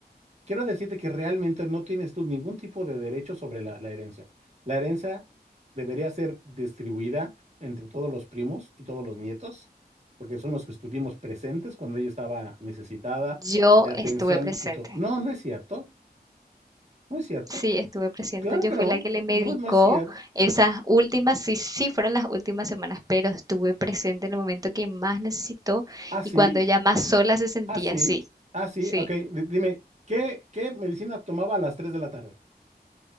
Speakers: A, on the right; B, on the right.
A: quiero decirte que realmente no tienes tú ningún tipo de derecho sobre la, la herencia. La herencia debería ser distribuida entre todos los primos y todos los nietos, porque son los que estuvimos presentes cuando ella estaba necesitada
B: Yo
A: de atención
B: estuve presente.
A: y todo. No, no es cierto, no es cierto.
B: Sí, estuve presente.
A: Claro
B: Yo
A: que
B: fui
A: no,
B: la que le medicó
A: no, no es cierto.
B: esas últimas, sí, sí fueron las últimas semanas, pero estuve presente en el momento que más necesitó
A: Así,
B: y cuando ella más sola se sentía,
A: así,
B: sí,
A: así.
B: sí,
A: Ok, di- dime, ¿qué, qué medicina tomaba a las 3 de la tarde?